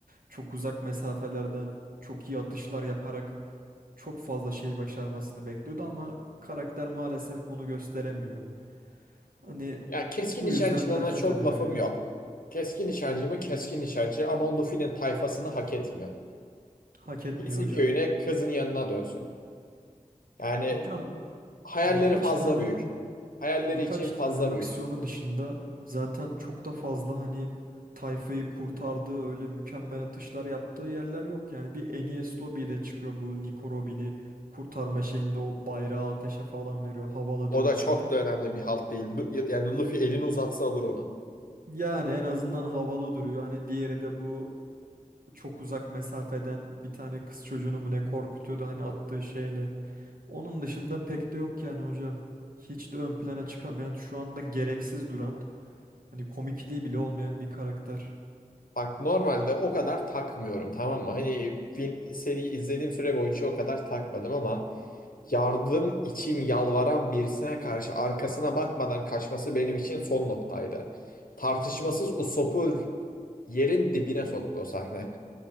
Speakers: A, on the right (about 85°); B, on the left (about 85°).
A: çok uzak mesafelerden çok iyi atışlar yaparak çok fazla şey başarmasını bekliyordu ama karakter maalesef bunu gösteremiyor. Hani
B: Ya keskin
A: bu
B: nişancılığına
A: yüzden nefret
B: çok
A: ediliyor
B: lafım
A: ya.
B: yok. Keskin nişancı mı keskin nişancı ama Luffy'nin tayfasını hak etmiyor.
A: Hak etmiyor
B: Gitsin
A: hocam.
B: köyüne kızın yanına dönsün. Yani
A: Hocam
B: hayalleri
A: birkaç
B: fazla
A: tane
B: büyük. Hayalleri
A: birkaç
B: için fazla
A: tane aksiyonu
B: büyük.
A: dışında zaten çok da fazla hani tayfayı kurtardığı öyle mükemmel atışlar yaptığı yerler yok. Yani bir Enes Lobby'de çıkıyor bu Nico Robin'i kurtarma şeyinde o bayrağı ateşe falan veriyor. Havalı
B: O
A: diyoruz
B: da çok
A: hani.
B: da önemli bir halt değil. Lu- Yani Luffy elini uzatsa alır onu.
A: Yani en azından havalı duruyor. Hani diğeri de bu çok uzak mesafeden bir tane kız çocuğunu mu ne korkutuyordu hani attığı şeyle. Onun dışında pek de yok yani hocam. Hiç de ön plana çıkamayan, şu anda gereksiz duran, hani komikliği bile olmayan bir karakter.
B: Bak normalde o kadar takmıyorum tamam mı? Hani film, seriyi izlediğim süre boyunca o kadar takmadım ama yardım için yalvaran birisine karşı arkasına bakmadan kaçması benim için son noktaydı. Tartışmasız o sopu yerin dibine soktu o sahne.